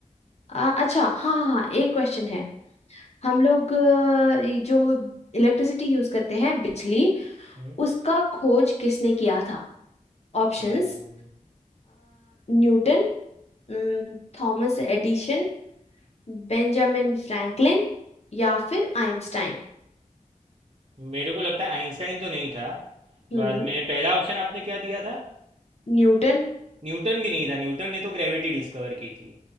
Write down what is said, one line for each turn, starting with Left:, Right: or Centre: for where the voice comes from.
Left: आ, अच्छा हाँ हाँ हाँ एक क्वेश्चन है हम लोग अ, ये जो इलेक्ट्रिसिटी यूज करते हैं बिजली
Right: हम्म
Left: उसका खोज किसने किया था ऑप्शंस
Right: अम्म,
Left: न्यूटन न, थॉमस एडिशन बेंजामिन फ्रैंकलिन या फिर आइंस्टाइन
Right: मेरे को लगता है आइंस्टाइन तो नहीं था
Left: हम्म
Right: बाद में पहला ऑप्शन आपने क्या दिया था
Left: न्यूटन
Right: न्यूटन भी नहीं था न्यूटन ने तो ग्रेविटी डिस्कवर की थी